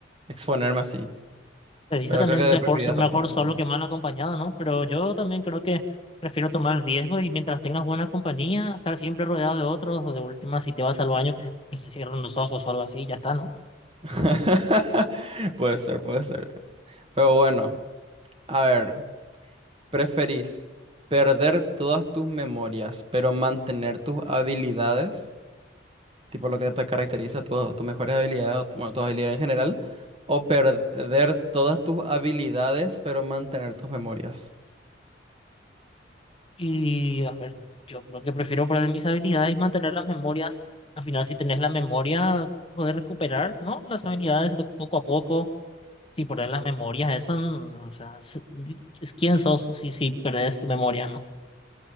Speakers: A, on the right; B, on the left.
A: exponerme así.
B: Se dice
A: Pero
B: también
A: creo que
B: mejor,
A: preferiría estar
B: mejor
A: con gente.
B: solo que mal acompañado, ¿no? Pero yo también creo que prefiero tomar el riesgo y mientras tengas buena compañía, estar siempre rodeado de otros, o de última, si te vas al baño, que se, que se cierren los ojos o algo así, y ya está, ¿no?
A: <laughs> Puede ser, puede ser. Pero bueno, a ver. ¿Preferís perder todas tus memorias, pero mantener tus habilidades, tipo lo que te caracteriza, tu- tus mejores habilidades, o, bueno, tus habilidades en general, o perder todas tus habilidades, pero mantener tus memorias?
B: Y a ver, yo creo que prefiero poner mis habilidades y mantener las memorias. Al final, si tenés la memoria, poder recuperar, ¿no? Las habilidades de poco a poco, si poner las memorias, eso, mm, o sea, s- di- es quién sos si, si perdés tu memoria, ¿no?